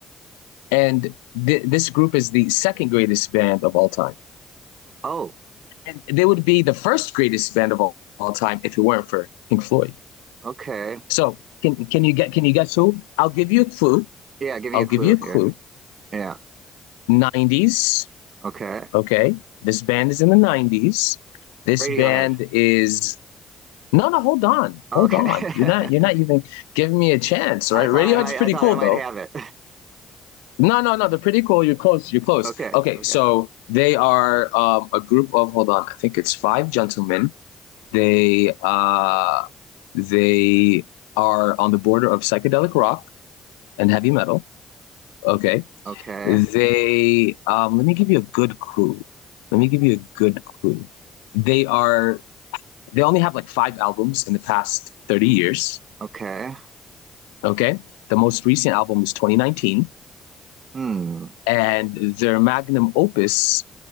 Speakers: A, on the left (about 85°); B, on the right (about 50°).
A: And th- this group is the second greatest band of all time.
B: oh
A: And they would be the first greatest band of all, all time if it weren't for Pink Floyd.
B: okay
A: So can can you get can you guess who? I'll give you a clue.
B: yeah, give me
A: I'll
B: a
A: give
B: clue
A: you a
B: here.
A: clue.
B: Yeah
A: 90s.
B: okay,
A: Okay. This band is in the 90s. This
B: Radiohead.
A: band is no no hold on.
B: Okay,
A: Hold on.
B: <laughs>
A: You're not you're not even giving me a chance,
B: I
A: right?
B: thought
A: Radiohead's
B: I might
A: pretty
B: I thought
A: cool
B: I might
A: though.
B: have it.
A: No, no, no. They're pretty cool. You're close. You're
B: <laughs>
A: close.
B: okay
A: Okay,
B: okay
A: so they are um, a group of, hold on, I think it's five gentlemen. They uh they are on the border of psychedelic rock and heavy metal. Okay.
B: okay.
A: They um let me give you a good clue. Let me give you a good clue. They are they only have like five albums in the past 30 years.
B: Okay.
A: Okay. The most recent album is 2019.
B: Hmm.
A: and their magnum opus